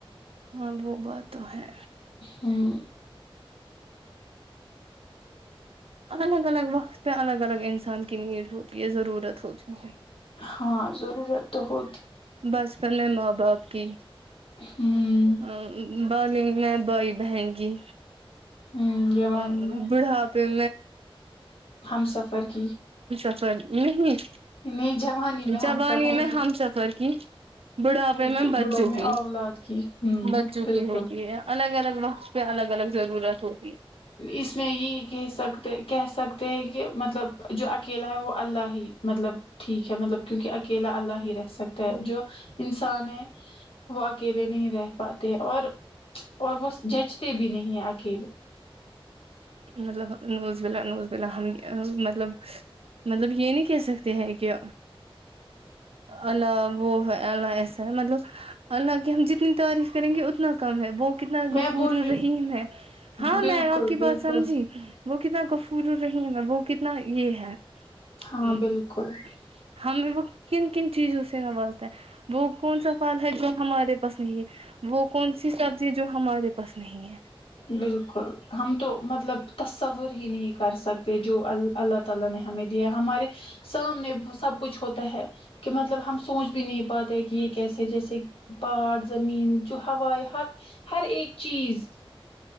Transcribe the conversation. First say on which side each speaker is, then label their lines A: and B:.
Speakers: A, on the right (about 80°); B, on the left (about 70°).
A: ہاں وہ بات تو ہے
B: ہوں
A: الگ الگ وقت پہ الگ الگ انسان کی نیڈ ہوتی ہے ضرورت ہوتی ہے
B: ہاں ضرورت تو ہوہ
A: بچپن میں ماں باپ کی
B: ہ
A: ا بال میں بائی بہن گی
B: ہ جوانی
A: ا
B: میں
A: بڑھا پھر
B: ہم سفر کی
A: سا نہیں
B: نہیں جوانی میں ہم
A: جبانی
B: سفر
A: میں
B: کی
A: ہم سفر بڑھاپے میں
B: کی
A: بچوں
B: بڑھاپ میں
A: کی
B: اولاد کی ہ
A: بچوں
B: بالکل
A: کی ہوتی ہے الگ الگ وقت پہ الگ الگ الگ ضرورت ہوگ ہے
B: اس میں یہ کہہ سکتے کہہ سکتے ہیں کہ مطلب جو اکیلا ہے وہ اللہ ہی مطلب ٹھیک ہے مطلب کیونکہ اکیلا اللہ ہی رہ سکتا ہے جو انسان ہے وہ اکیلے نہیں رہ پاتے اور اور وہ جچتے بھی نہیں ہیں اکیلے
A: مطلب نوز بلا نوز بلا ہم مطلب مطلب یہ نہیں کہہ سکتے ہیں کہ ال وہ ہے اللہ ایسا ہے مطلب اللہ کی ہم جتنی تعریف کریں گے تنا کم ہے وہ کتنا غفور
B: میں بول
A: الرحیم
B: رہی
A: ہے ہاں
B: بالکل
A: میں آپ کہ
B: بالکل
A: سمجی وہ کتاب کفور الرحیم ہے وہ کتنا یہ ہے
B: ہاں
A: <inaudible>
B: بالکل
A: ہمیں وہ کن کن چیزوں سے نواز ہے وہ کون سا فال ہے جو ہمارے پاس نہیں ہے وہ کون سی سبزی ہے جو ہمارے پاس نہیں ہے
B: بالکل ہم تو مطلب تصور ہی نہیں کر سکتے جو اللہ تعالی نے ہمیں دیا ہے ہمارے سب ہم نے سب کچھ ہوتا ہے کہ مطلب ہم سوچ بھی نہیں پاتے کہ یہ کیسے جیسے باہر زمین جو ہوائے حق ہر ایک چیز